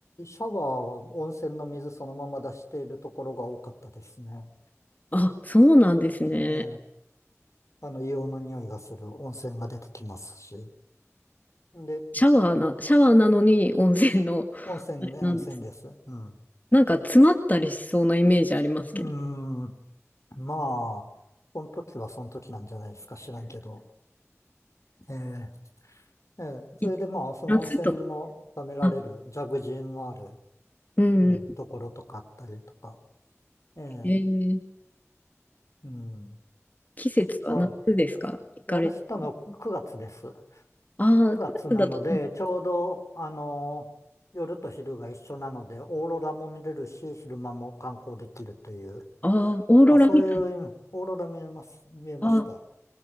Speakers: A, on the left; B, on the left.
A: ャワーは温泉の水そのまま出しているところが多かったですね。
B: あ、そうなんですね。
A: ええ、あの、硫黄の匂いがする温泉が出てきますし。で、
B: シャワーな、シャワーなのに温泉の、
A: 温泉ね、
B: あれなんです。
A: 温泉です。うん。う
B: なんか詰まったりしそうなイメージありますけど。
A: ーんまあ、その時はその時なんじゃないですか、知らんけど。ええええそれでまあ、
B: い
A: その温泉のためられる、
B: 夏とか。あ、
A: ジャグジーのある、
B: うん。
A: うん、ところとかあったりとか。ええ
B: えー
A: うん。
B: 季節は夏ですか行かれたのは。
A: どっか、私行ったの9月です。
B: ああ、
A: 9月なので、
B: 9月だと、
A: ちょうど、あの、夜と昼が一緒なので、オーロラも見れるし、昼間も観光できるという、
B: ああ、オーロラ見たの。
A: あ、そういう、オーロラ見えます、見えました。
B: ああ、